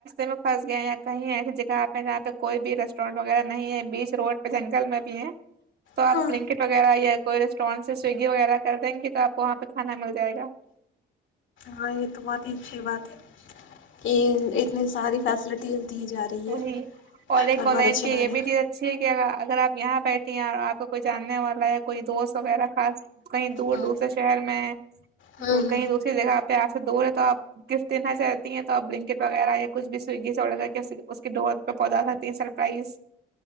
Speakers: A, on the right; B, on the left.
A: پھس گیا یا کہیں ایسی جگہ آپ میں جاںہ کوئی بھی ریسٹورینٹ وغیرہ نہیں ہے بیچ روڈ پہ جنگل میں بھی ہے تو آپ
B: ہاں
A: لنکٹ وغیرہ کوئی ریسٹورینٹ سے سویگی وغیرہ کر دیں گی تو آپ کو وہاں پہ کانا مل جائےا
B: ہاں یہ تو بہت ہی اچھی بات ہے کہ اتنی ساری فیسلٹیز دی جا رہی
A: وہی
B: ہے
A: اور ایک
B: تو
A: آ
B: بہت
A: لائن
B: اچھی
A: کی یہ
B: بات ہے
A: بھی چیز اچھی ہے کہ اگر آپ یہاں بیٹھی ہیں آپ کو کوئی جاننے والا ہے کوئی دوست وغیرہ خاص کہیں دور
B: ہاں
A: دور سے شہر میں
B: ہاں ہاں
A: کہیں دوسری جگہ پہ آ دوور ہے تو آپ کف دیننا چ رہتی ہیں توپ بلینکٹ وغیرہ یا کچھ بھی سویگی سے آڈس اس کے ڈت پہ پودا تھا تین سرپرائز